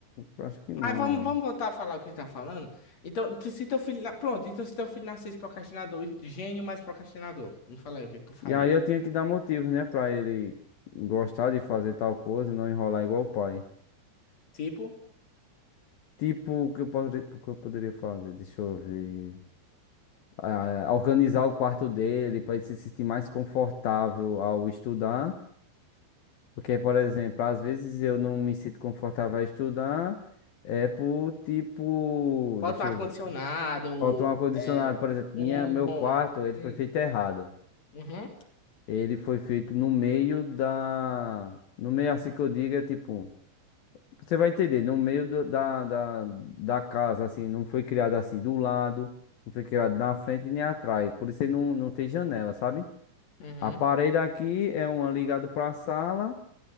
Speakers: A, on the left (about 65°); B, on the left (about 40°).
A: eu acho que
B: Mas
A: não,
B: vamos,
A: mano.
B: vamos voltar a falar o que a gente tá falando. Então, tu- se teu filho. na- Pronto, então se teu filho nascesse procrastinador, gênio mais procrastinador. Me fala aí o que é que tu faria.
A: E aí eu tinha que dar motivos, né, pra ele gostar de fazer tal coisa e não enrolar igual o pai.
B: Tipo,
A: Tipo, o que eu poderia, o que eu poderia fazer? Deixa eu ver. Ah, organizar o quarto dele pra ele se sentir mais confortável ao estudar. Porque, por exemplo, às vezes eu não me sinto confortável a estudar. É por tipo.
B: bota
A: Deixa
B: um ar-condicionado.
A: eu ver. Falta um ar-condicionado,
B: É,
A: por exemplo, minha,
B: um.
A: meu quarto, ele
B: hum,
A: foi feito errado.
B: Uhum,
A: Ele foi feito no meio da. No meio, assim que eu diga, tipo. Você vai entender, no meio do- da, da, da casa, assim. Não foi criado assim do lado, não foi criado na frente nem atrás. Por isso ele não, não tem janela, sabe?
B: uhum.
A: A parede aqui é uma ligada pra sala,